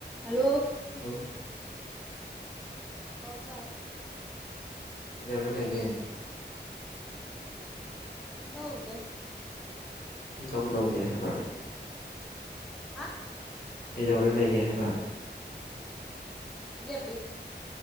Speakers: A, in the centre; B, on the left.
A: hello
B: hello
A: ꯑ ꯇꯔ
B: ꯆꯥꯎꯧꯅ ꯂꯩꯒꯦ
A: ꯀꯝ ꯇ ꯍꯧꯗ
B: ꯇꯧ ꯇꯧꯗꯦ ꯍꯥꯏꯕ
A: ꯍꯥ
B: ꯀꯗꯧꯅ ꯂꯩꯒꯦ ꯍꯥꯏꯕ
A: ꯌꯥꯄꯤꯦ